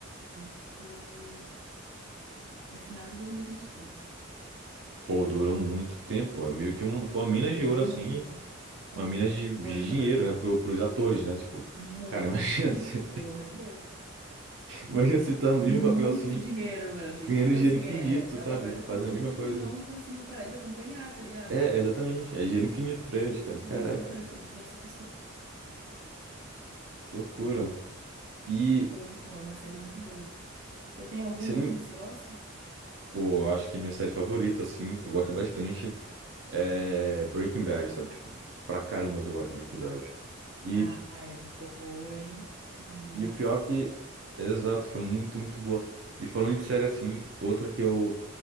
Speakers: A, on the right (about 75°); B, on the right (about 60°).
A: não foi, acho que no final de dois mil e e vinte e três.
B: pô, durou muito tempo. É meio que um, foi uma mina
A: Durou
B: de ouro, assim.
A: muito.
B: Uma mina de, de
A: Foi, mano.
B: dinheiro, né? Pro, pros atores, né? Tipo,
A: Muito,
B: cara, imagina <laughs> se,
A: pelo amor de Deus.
B: imagina se tá no mesmo
A: Muito
B: papel assim.
A: dinheiro, mano. E,
B: ganhando
A: tipo
B: dinheiro
A: assim,
B: infinito,
A: é, é
B: sabe?
A: uma coisa que
B: Fazendo
A: o público
B: a mesma coisa.
A: não conseguiu parar de acompanhar, tá ligado?
B: É, exatamente. É dinheiro infinito pra eles, cara. Caraca,
A: Mas é a mesma coisa, eles já se acostumaram.
B: loucura. E
A: Foi muito bom, é uma série muito boa. Você tem alguma,
B: se eu não
A: assim,
B: me.
A: que você gosta?
B: Pô, eu acho que minha série favorita, assim, que eu gosto bastante, é Breaking Bad, sabe? Tipo, pra caramba que eu gosto de Breaking Bad. E,
A: Ah, é boa, hein? Nossa.
B: e o pior é que. Exato, foi muito, muito boa. E falando de série assim, outra que eu,